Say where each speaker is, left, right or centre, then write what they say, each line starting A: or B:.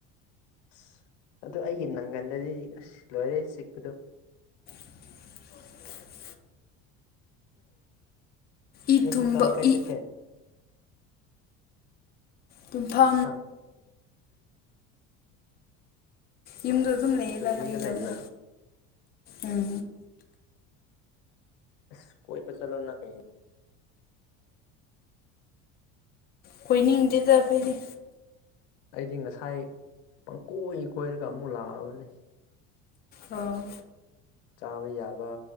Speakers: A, on the left; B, on the left.
A: ꯑꯁ ꯑꯗꯨ ꯑꯩꯒꯤ ꯅꯪꯒꯟꯗꯗꯤ ꯑꯁ ꯂꯣꯏꯔꯦ ꯆꯤꯛꯄꯗꯨ
B: <inaudible> ꯏ
A: ꯅꯁꯤ
B: ꯊꯨꯝꯕ
A: ꯀꯥꯏ ꯀꯥꯏ
B: ꯏ
A: ꯆ ꯀꯦ
B: ꯇꯨꯡꯐꯥ
A: ꯍꯥ
B: ꯌꯨꯝꯗ ꯑꯗꯨꯝ ꯂꯩꯗ ꯐꯗꯕꯅꯤ
A: ꯌꯨꯝꯗ ꯂꯩꯕ꯭ꯔꯥ
B: ꯎꯝ
A: ꯑꯁ ꯀꯣꯏ ꯄ ꯆꯂꯣ ꯅ ꯀꯩ
B: ꯀꯣꯏꯅꯤꯡꯗꯗ ꯑꯩꯈꯣꯏꯒꯤ
A: ꯑꯩꯗꯤ ꯉꯁꯥꯏ ꯄꯪꯀꯣꯏ ꯀꯣꯏꯔꯒ ꯑꯃꯨꯛ ꯂꯥꯛꯑꯕꯅꯤ
B: ꯑꯣ
A: ꯆꯥꯕ ꯌꯥꯕ